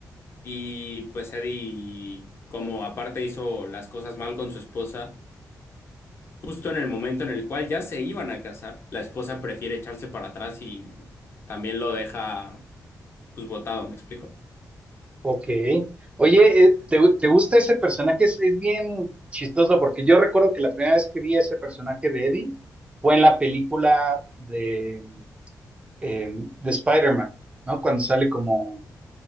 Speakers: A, on the left; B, on the right.
A: Y pues Eddie, como aparte hizo las cosas mal con su esposa, Justo en el momento en el cual ya se iban a casar, la esposa prefiere echarse para atrás y también lo deja pues botado, ¿me explico?
B: Ok. Oye, eh, ¿te, gu- te gusta ese personaje? Es, es bien chistoso porque yo recuerdo que la primera vez que vi ese personaje de Eddie fue en la película de... eh, de Spider-Man, ¿no? Cuando sale como,